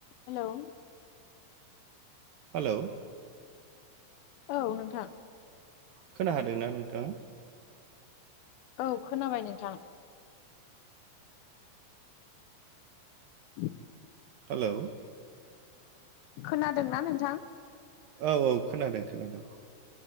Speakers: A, on the left (about 80°); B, on the right (about 75°).
A: Hello
B: hello
A: औ नोंथां
B: खोनाखादोंना नोंथाङा
A: औ खोनाबाय नोंथां। <inaudible>
B: हेलौ
A: खोनादोंना नोंथां।
B: औ औ खोनादों खोनादों।